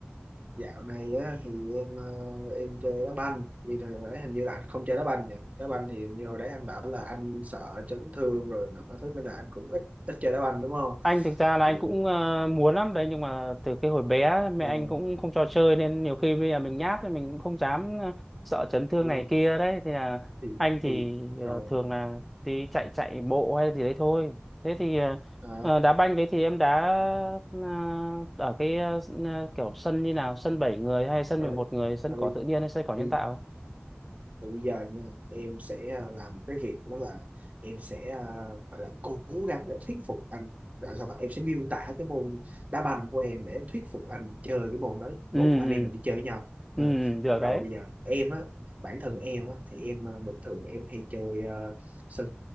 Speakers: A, on the right (about 40°); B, in the centre.
A: dạo này á, thì em ờ, em chơi đá banh như hồi đấy hình như là anh không chơi đá banh nhỉ đá banh thì như hồi đấy anh bảo là anh sợ chấn thương rồi nữa thế nên là anh cũng ít ít chơi đá banh đúng không
B: anh thực ra là
A: thì,
B: anh cũng ờ, muốn lắm đấy nhưng mà từ cái hồi bé mẹ
A: ờ,
B: anh cũng không cho chơi nên nhiều khi bây giờ mình nhát thì mình cũng không dám ờ, sợ chấn thương
A: ờ,
B: này kia đấy thì là
A: thì
B: anh thì
A: thì
B: ờ,
A: rồi
B: thường là đi chạy chạy bộ hay gì đấy thôi thế thì ờ,
A: ờ,
B: ờ, đá banh đấy thì em đá ờ, ở cái ờ, s- ờ, kiểu sân như nào sân 7 người hay sân
A: rồi
B: mười một người sân
A: à, bị,
B: cỏ tự nhiên hay sân cỏ nhân
A: bị
B: tạo
A: Từ bây giờ nha, em sẽ à, làm cái việc đó là em sẽ à, gọi là cố gắng để thuyết phục anh rồi sao bạn em sẽ miêu tả cái môn đá banh của em để em thuyết phục anh chơi cái môn đó
B: ừ
A: mốt anh
B: ừ
A: em mình đi chơi với nhau Ờ.
B: ừ ừ, được
A: rồi
B: đấy
A: bây giờ em á bản thân em á thì em à, bình thường em hay chơi ờ, sân